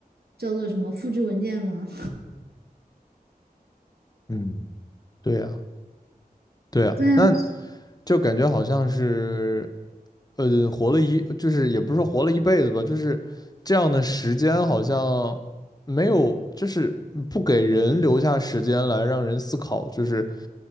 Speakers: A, on the right; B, on the left.
A: 叫做什么复制文件吗？
B: 嗯，对呀，对呀，
A: 对啊，
B: 那就感觉好像是，呃，活了一，就是也不是说活了一辈子吧，就是这样的时间好像没有，就是不给人留下时间来让人思考，就是